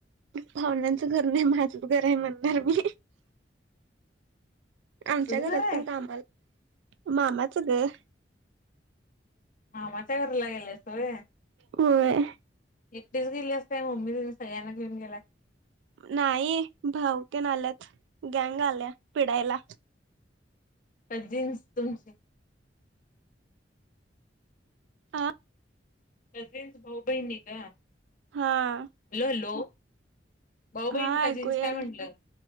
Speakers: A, on the right; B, on the left.
A: पाहूण्यांचं घर नाही माझंच घर आहे म्हणणार मी. आमच्या
B: तुझं
A: घरात
B: घर आहे
A: पण कामाला मामाच गं.
B: मामाच्या घरला गेल्यास होय.
A: व्हय.
B: एकटीच गेलीयास काय मम्मी तेनी सळ्यांना घेऊन गेलाय?
A: नाही भाऊतेन आल्यात गँंग आल्या पिडायला.
B: काझीनस तुमची
A: आ
B: कझिनस भाऊ बहिनी गं
A: हा.
B: हॅलो! हॅलो! भाऊ बहीण
A: हा
B: कझिन्स
A: ऐकू यालय
B: काय म्हटलं?